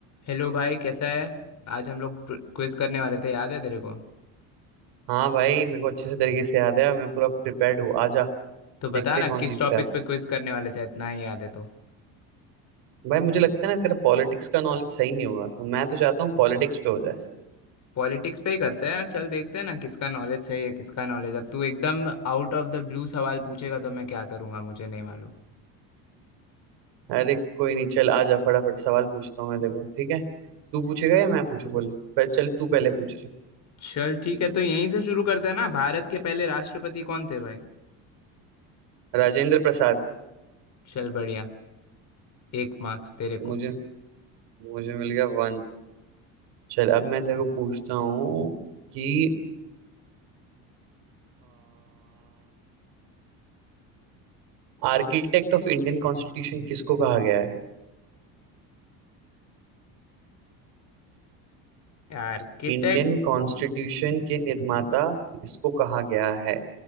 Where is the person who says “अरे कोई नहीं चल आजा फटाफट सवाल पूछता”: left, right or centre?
Right